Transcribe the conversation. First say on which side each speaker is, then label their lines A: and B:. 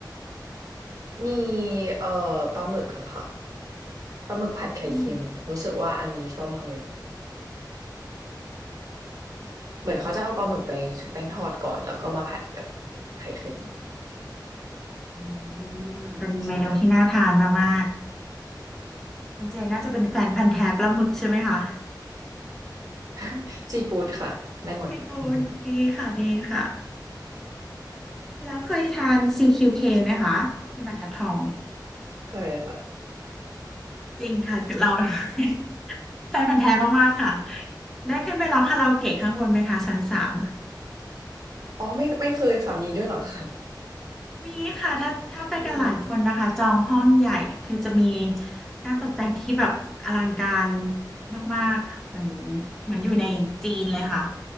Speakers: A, on the right; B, in the centre.
A: มีเอ่อปลาหมึกอะค่ะปลาหมึกผัดไข่เค็ม
B: อืม
A: รู้สึกว่าอันนี้ชอบมากเลย เหมือนเขาจะเอาปลาหมึกไปชุบแป้งทอดก่อนแล้วก็มาผัดกับไข่เค็ม
B: อืมเป็นเมนูที่น่าทานมาก
A: ใช่
B: ๆ คุณเจนน่าจะเป็นแฟนพันธุ์แท้ปลาหมึกใช่ไหมคะ
A: <laughs> ซีฟู้ดค่ะ ได้หมด
B: ซีฟู้ดดีค่ะดีค่ะ
A: <laughs>
B: แล้วเคยทาน CQK ไหมคะที่บรรทัดทอง
A: เคยค่ะ
B: จริงค่ะเรา <laughs> แฟนพันธุ์แท้มากๆค่ะ ได้ขึ้นไปร้องคาราโอเกะข้างบนไหมคะชั้นสาม
A: อ๋อไม่ไม่เคยค่ะมีด้วยเหรอคะ
B: มีค่ะถ้าถ้าไปกันหลายคนนะคะจองห้องใหญ่คือจะมี
A: อืม
B: การตกแต่งที่แบบอลังการมากๆเหมือนเหมือนอยู่ในจีนเลยค่ะ